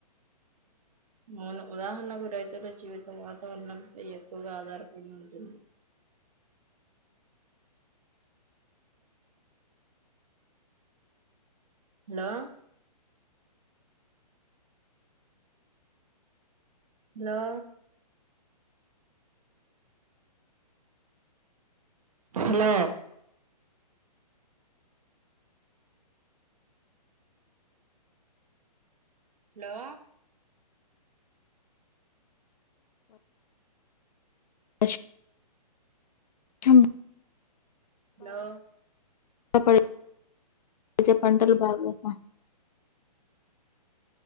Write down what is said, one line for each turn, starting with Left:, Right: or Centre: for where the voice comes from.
Right: అవును ఉదాహణకు రైతుల జీవితం వాతావణంపై ఎక్కువగా ఆధారపడి ఉంటుంది. హాలో. లో. హాలో. లో.
Left: అ చెంబ్.
Right: లో.
Left: <inaudible>